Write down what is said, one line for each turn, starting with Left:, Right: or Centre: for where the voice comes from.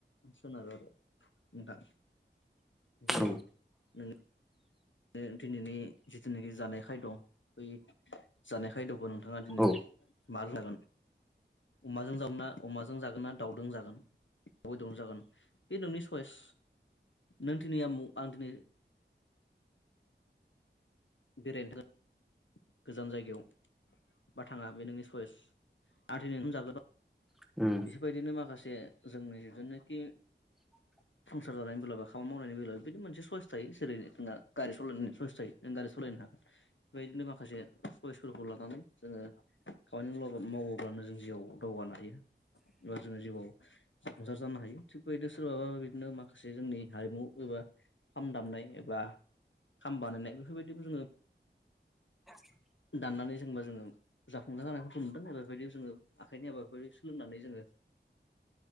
Left: सोनारो आरो नोंथां जेरै
Centre: औ
Left: नों दिनैनि जिथुनाखि जानाय खायद बै जानाय खायदखौ' नोंथाङा दिनै
Centre: औ
Left: मा जागोन अमाजों जागो ना अमाजों जागोन ना दाावउजों जागोन अमा बेदरजों जागोन बे नोंनि सइस नों दिनै आमुग आं दिनै <unintelligible> गोजान जायगायाव बा थाङा बे नोंनि सयस आं दिनै ओंखाम जाग्रोबा
Centre: उ
Left: बेफोरबायदिनो माखासे जोंनि जेनोखि
Centre: <inaudible>
Left: संसार जानाय बेलाबो खामानि मावनायनि बेलाबो बिदि मोनसे चयस थायो जेरै नोंहा गारि सालायनायनि सयस थायो नों गारि सलायनायनो हा बेबायदिनो माखासे चइसफोरखौ लानानै जोङो खामानि मावब्ला मावोब्लानो जों जिउआव दावगानो हायो एबा जोङो जिउआव जाफुंसार जानो हायो थिग बेबायदि सोरबाबा बिदिनो माखासे जोंनि हारिमु एबा खाम दामनाय एबा खाम बानायनाय बेफोरबायदिखौ जोङो
Centre: <inaudible>
Left: दाननानै जेनेबा जोङो जाफुंजार जानायफोरखौ नुदों बेफोरबायदियाव जोङो आखाइनि हाबा फारि खुलुमनानै जोङो